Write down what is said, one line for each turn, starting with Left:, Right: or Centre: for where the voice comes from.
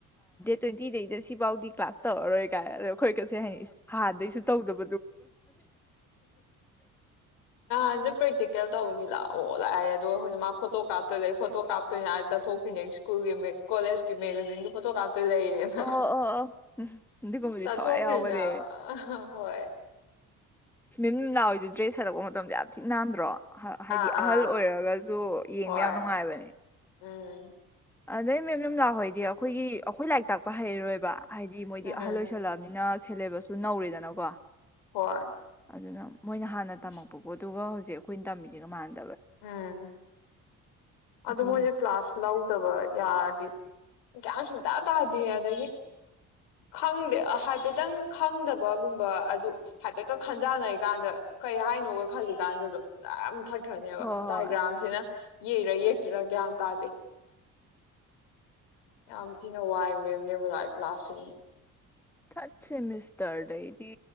Centre: ꯇ꯭ꯋꯦꯟꯇꯤꯗꯩꯗ ꯁꯤꯐꯥꯎꯗꯤ ꯀ꯭ꯂꯥꯁ ꯇꯧꯔꯔꯣꯏ ꯀꯥꯏ ꯑꯗꯣ ꯑꯩꯈꯣꯏ ꯀꯠꯁꯦ ꯍꯥꯏꯅ ꯏꯁ ꯍꯥꯟꯗꯩꯁꯨ ꯇꯧꯗꯕ
Left: ꯑꯗꯨ ꯄ꯭ꯔꯛꯇꯤꯀꯦꯜ ꯇꯧꯅꯤ ꯂꯥꯛꯑꯣ ꯂꯥꯛꯑꯦ ꯑꯗꯨꯒꯗ ꯑꯩꯈꯣꯏꯅ ꯃꯥ ꯐꯣꯇꯣ ꯀꯥꯞꯇꯣꯏ ꯂꯩꯦ ꯐꯣꯇꯣ ꯀꯥꯞꯇꯣꯏꯅꯤꯅ ꯆꯠꯊꯣꯛ꯭ꯔꯤꯅꯦ ꯁ꯭ꯀꯨꯜꯒꯤ ꯀꯣꯂꯦꯖꯀꯤ ꯃꯦꯒꯥꯖꯤꯟꯒꯤ ꯐꯣꯇꯣ ꯀꯥꯞ ꯂꯩꯌꯦꯅ
Centre: ꯑꯣ ꯑꯣ ꯑꯣ ꯑꯗꯨꯒꯨꯝꯕꯗꯤ
Left: ꯆꯠꯊꯣꯛꯈ꯭ꯔꯤꯅꯦꯕ
Centre: ꯊꯋꯥꯏ ꯌꯥꯎꯕꯅꯦ
Left: ꯍꯣꯏ
Centre: ꯁꯨꯃꯤꯝ ꯂꯥꯎꯏꯗꯨ ꯗ꯭ꯔꯦꯁ ꯍꯜꯂꯛꯄ ꯃꯇꯝꯗ ꯌꯥꯝ ꯊꯤꯛ ꯅꯥꯟꯗ꯭ꯔꯣ ꯍꯥꯏꯗꯤ
Left: ꯑꯥ ꯑꯥ
Centre: ꯑꯍꯜ ꯑꯣꯏꯔꯒꯁꯨ ꯌꯦꯡꯕ
Left: ꯍꯣꯏ
Centre: ꯌꯥꯝ ꯅꯨꯡꯉꯥꯏꯕꯅꯦ
Left: ꯎꯝ
Centre: ꯑꯗꯩ ꯃꯦꯝ ꯅꯨꯡꯗꯥꯥꯍꯣꯏꯗꯤ ꯑꯩꯈꯣꯏꯒꯤ ꯑꯩꯈꯣꯏ ꯂꯥꯏꯔꯤꯛ ꯇꯥꯛꯄ ꯍꯩꯔꯣꯏꯕ ꯍꯥꯏꯗꯤ ꯃꯣꯏꯗꯤ
Left: ꯎꯝ
Centre: ꯑꯍꯜ ꯑꯣꯏꯁꯜꯂꯛꯑꯕꯅꯤꯅ ꯁꯦꯂꯦꯕꯁꯇꯨ ꯅꯧꯔꯤꯗꯅꯀꯣ
Left: ꯍꯣꯏ
Centre: ꯑꯗꯨꯅ ꯃꯣꯏꯅ ꯍꯥꯟꯅ ꯇꯝꯃꯛꯄꯀꯣ
Left: ꯑꯁ
Centre: ꯑꯗꯨꯒ ꯁꯤꯦ ꯑꯩꯈꯣꯏꯅ ꯇꯝꯃꯤꯁꯤꯒ ꯃꯥꯥꯟꯦ
Left: ꯎꯝ ꯑꯗꯨ ꯑꯗꯨ
Centre: ꯑꯗꯨꯒꯤꯅꯤ
Left: ꯃꯣꯏꯦ ꯀ꯭ꯂꯥꯁ ꯂꯥꯎ ꯠꯇꯕ ꯌꯥꯔꯗꯤ ꯀꯌꯥꯝ ꯁꯨꯡꯇꯥ ꯇꯥꯗꯦ ꯑꯗꯒꯤ ꯈꯪꯗꯦ ꯍꯥꯏꯐꯦꯠꯇꯪ ꯈꯪꯗꯕꯒꯨꯝꯕ ꯑꯗꯨ ꯍꯥꯏꯐꯦꯠꯀ ꯈꯟꯖꯥꯟꯅꯩꯀꯥꯟꯗ ꯀꯩ ꯍꯥꯏꯅꯣꯒ ꯈꯜꯂꯤꯀꯥꯟꯗ ꯑꯗꯨꯣ ꯑꯣꯖꯥ ꯃꯨꯊꯠꯈ꯭ꯔ ꯗꯥꯏꯒ꯭ꯔꯝꯁꯤꯅ
Centre: ꯍꯣꯏ ꯍꯣꯏ
Left: ꯌꯩꯔ ꯌꯦꯛꯇꯔꯒ꯭ꯌꯥꯥꯡ ꯀꯥꯗꯦ ꯑꯝ ꯊ ꯅ ꯋꯥꯏ ꯃꯦꯝꯅꯦ ꯂꯥꯛꯏ ꯀ꯭ꯂ ꯂꯥꯁ
Centre: ꯊꯥꯔꯠ ꯁꯦꯃꯤꯁꯇꯔꯗꯩꯗꯤ